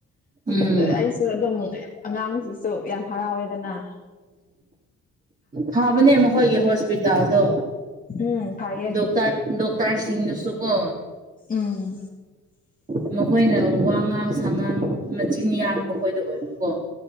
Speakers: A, on the right; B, on the left.
A: ꯎꯝ
B: ꯑꯩꯁꯨ ꯑꯗꯨꯝ ꯑꯉꯥꯡꯗꯨꯁꯨ ꯌꯥꯝ ꯍꯥꯔꯥꯎꯌꯦꯗꯥꯅ
A: ꯐꯥꯕꯅꯦ ꯃꯈꯣꯏꯒꯤ ꯍꯣꯏꯁꯄꯤꯇꯥꯜꯗꯣ
B: ꯎꯝ ꯐꯩꯌꯦ
A: ꯗꯣꯛꯇ꯭ꯔ ꯗꯣꯛꯇ꯭ꯔꯁꯤꯡꯅꯁꯨ ꯀꯣ
B: ꯑꯝ
A: ꯃꯈꯣꯏꯅ ꯋꯥꯉꯥꯡ ꯁꯥꯉꯥꯡ ꯃꯆꯤꯟ ꯌꯥꯡꯕ ꯈꯣꯏꯗꯨ ꯑꯣꯏꯕꯀꯣ